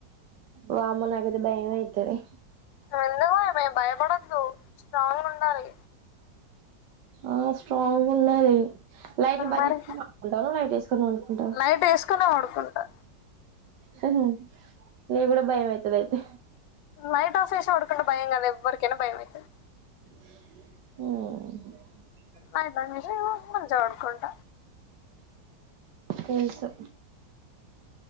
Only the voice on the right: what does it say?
వామ్మో నాకయితే భయం అయితది
ఆ స్ట్రోంగ్ ఉండాలి లైట్లు బ్యాంజెస్కొనీ
పడుకుంటావా లైట్ వేసుకుని పడుకుంటావా
హ్మ హ్మ నికి కూడా భయమయితది అయితే
హ్మ
తెలుసు